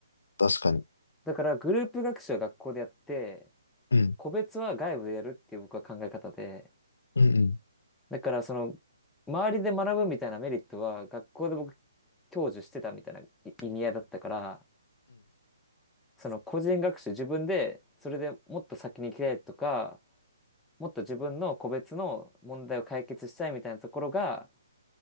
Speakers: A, on the left (about 75°); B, in the centre.
A: 確かに。
B: だからグループ学習は学校でやって、
A: うん、
B: 個別は外部でやるっていう僕は考え方で、
A: うん、うん、
B: だからその、周りで学ぶみたいなメリットは学校で僕享受してたみたいない意味合いだったから、その個人学習、自分で、それでもっと先に行きたいとか、もっと自分の個別の問題を解決したいみたいなところが、